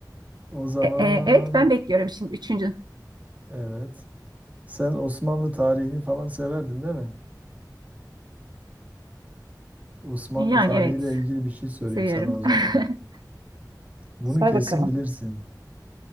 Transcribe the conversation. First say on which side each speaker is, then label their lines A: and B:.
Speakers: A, on the right; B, on the right.
A: O zaman
B: Eee, evet, ben bekliyorum şimdi üçüncü.
A: evet. Sen Osmanlı tarihini falan severdin değil mi? Osmanlı
B: Yani
A: tarihiyle
B: evet,
A: ilgili bir şey sorayım
B: seviyorum.
A: sana o zaman.
B: <laughs>
A: Bunu
B: Sor
A: kesin
B: bakalım.
A: bilirsin.